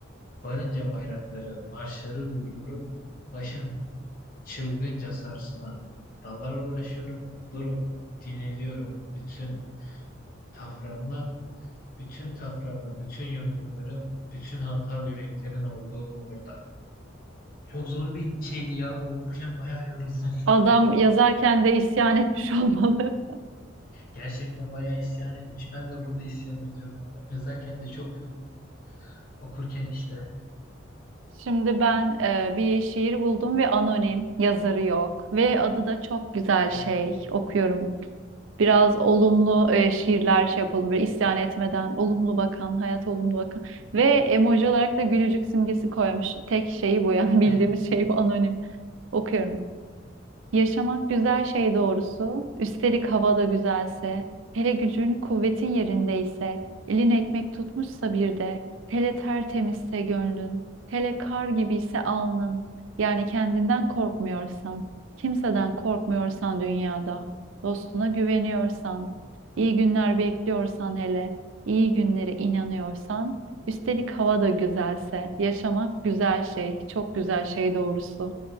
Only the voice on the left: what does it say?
varınca bayrakları, marşları duyuyorum, başım çılgınca sarsılan dallarla uğraşıyorum, durup dinleniyorum bütün taframla, bütün taframla, bütün yumruklarım, bütün hantal yüreklerin olduğu orada. Çok zor bir şeydi ya bu okurken bayağı yoruldum.
Gerçekten bayağı isyan etmiş. Ben de burada isyan ediyorum. Adam yazarken de çok yoruldum. Okurken işte.
Aa,
<laughs>